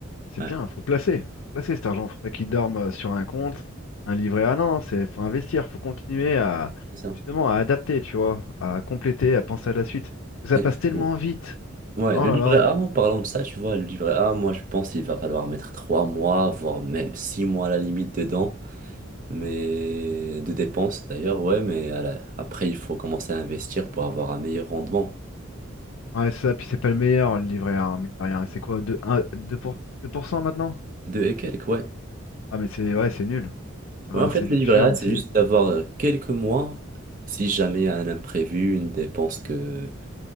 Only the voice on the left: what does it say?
C'est
bien, faut placer, faut placer cet argent, faut pas qu'il dorme euh, sur un compte, un livret A. Non, non, c'est faut investir, faut continuer à
justement à adapter, tu vois, à compléter, à penser à la suite. Parce que ça
passe tellement vite.
Oh
là
là.
Ouais, c'est ça, puis c'est pas le meilleur le livret A, hein, mine de rien. C'est quoi, 2, deux pour- 2% maintenant?
Ah mais c'est ouais, c'est nul. Enfin,
c'est du
sûr,
mais
c'est
nul.